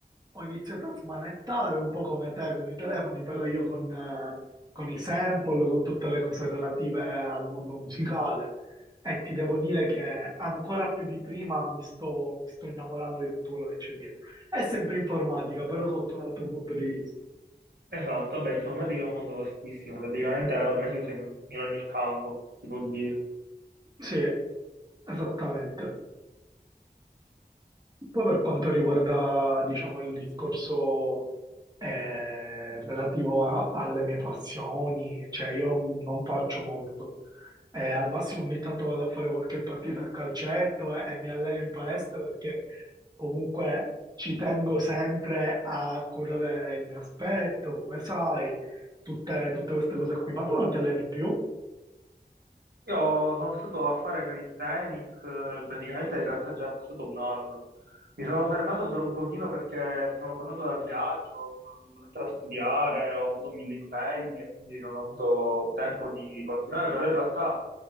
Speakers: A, on the right (about 25°); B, on the right (about 85°).
A: ho iniziato a smanettare un po' come te con i telefoni, però io con, eh, con i sample, con tutte le cose relative al mondo musicale. E ti devo dire che ancora più di prima mi sto, mi sto innamorando di tutto quello che c'è dietro. È sempre informatica, però sotto un altro punto di vista.
B: Esatto, vabbè, l'informatica è un mondo vastissimo, praticamente ormai si usa in, in ogni campo, si può dire.
A: Sì, esattamente. Poi per quanto riguarda, diciamo, il discorso eh, relativo a- alle mie passioni, cioè io non non faccio molto. Eh, al massimo ogni tanto vado a fare qualche partita a calcetto eh, e mi alleno in palestra perché comunque ci tengo sempre a curare il mio aspetto, come sai, tutte, tutte queste cose qui. Ma tu non ti alleni più?
B: Io sono stato a fare calisthenics, eh, praticamente in realtà già è passato un anno. Mi sono fermato per un pochino perché sono tornato dal viaggio, sono dovuto mettere a studiare, ho avuto mille impegni e quindi non ho avuto tempo di continuare, però in realtà